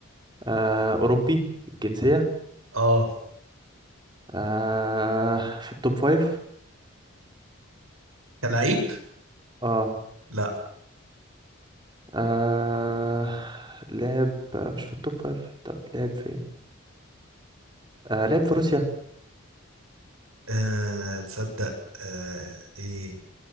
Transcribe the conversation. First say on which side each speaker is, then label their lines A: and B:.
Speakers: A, on the right (about 20°); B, on the right (about 80°).
A: آه أوروبي الجنسية
B: اه
A: آه في التوب فايف
B: كلعيب
A: اه
B: لا
A: آه لعب مش في التوب فايف طب لعب في ايه آه لعب في روسيا
B: آه تصدق آه ايه